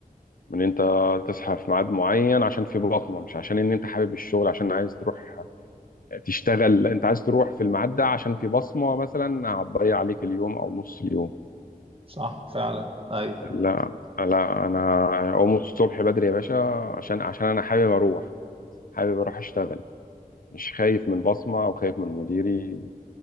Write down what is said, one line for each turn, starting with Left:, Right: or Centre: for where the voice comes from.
Left: من انت تصحى في ميعاد معين عشان في بصمه مش عشان ان انت حابب الشغل عشان عايز تروح تشتغل لا انت عايز تروح في الميعاد ده عشان في بصمه مثلا هتضيع عليك اليوم او نص اليوم
Right: صح فعلا ايوه
Left: لا لا انا اقوم الصبح بدري يا باشا عشان عشان انا حابب اروح حابب اروح اشتغل مش خايف من البصمه او خايف من مديري